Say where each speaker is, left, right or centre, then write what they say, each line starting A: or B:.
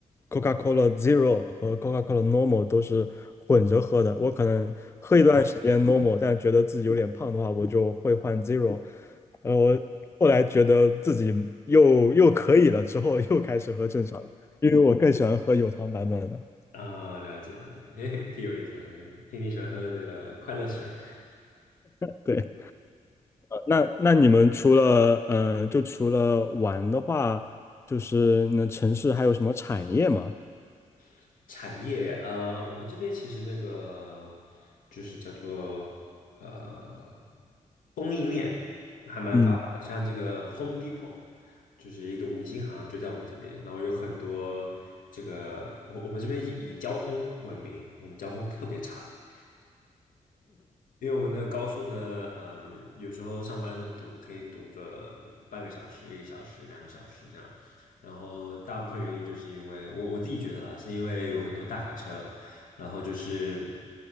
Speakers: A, on the left; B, on the left.
A: Coca-Cola Zero 和 Coca-Cola Normal 都是混着喝的。我可能喝一段时间 Normal，但觉得自己有点胖的话，我就会换 Zero。呃，我后来觉得自己又又可以了，之后又开始喝正常的，因为我更喜欢喝有糖版本的。
B: 啊、了解了解，<laughs> 嘿，挺有意思的，听你喜欢喝这个快乐水。
A: 对。那那你们除了嗯、呃就除了玩的话，就是那城市还有什么产业吗？
B: <laughs> 产业，呃，我们这边其实那个就是叫做呃供应链还蛮发达的，
A: 嗯，
B: 像这个 Home Depot 就是一个五金行，就在我们这边，然后有很多这个我我们这边以以交通闻名，我们交通特别差，因为我们的高速呢，嗯，有时候上班的时候堵，可以堵个嗯半个小时、一个小时、两个小时这样。然后大部分原因就是因为我我自己觉得啦，是因为有很多大卡车，然后就是